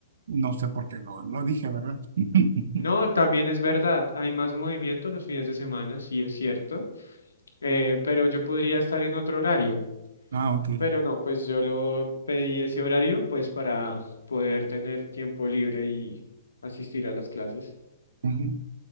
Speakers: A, on the right; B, on the left.
A: no sé por qué lo, lo dije, ¿verdad? <laughs>
B: No, también es verdad, hay más movimiento los fines de semana, sí es cierto, eh, pero yo podría estar en otro horario.
A: Ah, ok.
B: Pero no, pues yo lo pedí ese horario pues para poder tener tiempo libre y asistir a las clases.
A: Ujú.